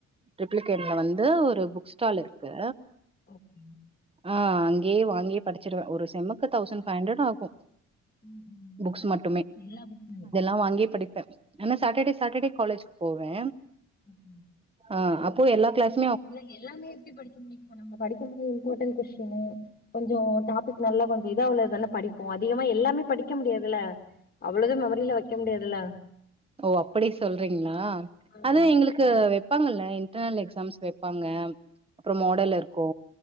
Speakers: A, on the right (about 20°); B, on the left (about 30°).
A: ட்ரிப்ளிகேண் இங்க வந்து ஒரு புக் ஸ்டால் இருக்கு
B: ஓகே
A: ஆ அங்கேயே வாங்கி படிச்சிருவ ஒரு செம்முக்கு தௌசண்ட் ஃபைவ் ஹண்ட்ரட் ஆகு
B: ம், ம்.
A: புக்ஸ் மட்
B: எல்லா புக்குமே
A: நா அங்கயே படிப்ப ஆனா சாட்டர்டே சாட்டர்டே காலேஜ்க்கு போவே
B: ஓகே.
A: ஆ அப்போ எல்லா கிளாஸ்
B: இல்ல எல்லாமே எப்டி படிக்க முடியுங்க்கா நம்ம படிக்கும்போது இம்பார்டன் கொஸ்டினு கொஞ்ச டாபிக் நல்லா கொஞ்ச இதா உள்ளதானே படிப்போ அதிகமா எல்லாமே படிக்க முடியாதுல அவ்ள இத மெமரில வெக்க முடியாதுல
A: ஓ அப்படி சொல்றிங்ளா
B: ஆமா
A: அது எங்ளுக்கு வெப்பாங்கல்ல இன்டர்னல் எக்ஸாம்ஸ் வெப்பாங்க அப்புற மாடல் இருக்கு